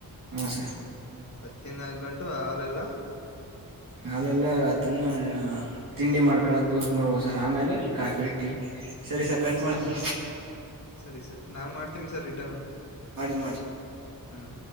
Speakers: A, on the right; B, on the left.
A: ಹಾ ಸರ್.
B: ಹತ್ತಿನಾಲ್ಕ ಗಂಟು ಹಾಲೆಲ್ಲ.
A: ಹಾಲೆಲ್ಲ ಅದನ್ನ ತಿಂಡಿ ಮಾಡ್ಕಳಕ್ ಯೂಸ್ ಮಾಡ್ಬೋ ಸರ್ ಆಮೇಲೆ ಕಾಫಿ ಟೀ. ಸರಿ
B: ಹ್ಮ
A: ಸರ್ ಕಟ್ ಮಾಡ್ತೀನಿ
B: ಸರಿ ಸರ್ ನಾ ಮಾಡ್ತೀನಿ ಸರ್ ರಿಟರ್ನ್
A: ಮಾಡಿ ಮಾಡಿ
B: ಹ್ಮ್.